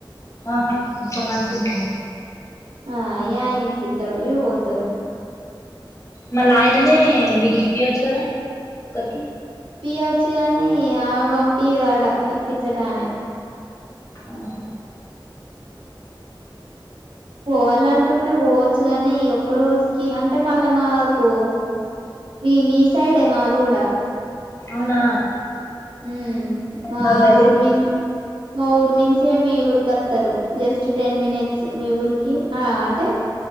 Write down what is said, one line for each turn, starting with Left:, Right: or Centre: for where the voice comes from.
Left: ఆహా ఇప్పడు మంచుకుందాం
Right: ఆ యాయన ఇప్పిత్తాడు <inaudible> పోతరు
Left: మళ్ళ ఆయననే మీకిప్పియోచ్చు కదా ఒక్కరికి
Right: పియొచ్చు కాని ఆమె పంపియ్యదాడ ఇప్పిచ్చేటామె
Left: ఓహో
Right: పోవాల అనుకుంటే పోవచ్చు కాని ఈ ఒక్క రోజుకి అంటే మళ్ళా మాకు మీ మీ సైడే మాది గూడ
Left: అవునా
Right: ఉమ్ మా
Left: మాకు దగ్గరనేనా
Right: ఊర్మిన్ మా ఊర్మి చ్చే మీ ఊరికి వత్తరు జస్ట్ టెన్ మినిట్స్ మీ ఊరికి ఆ అంటే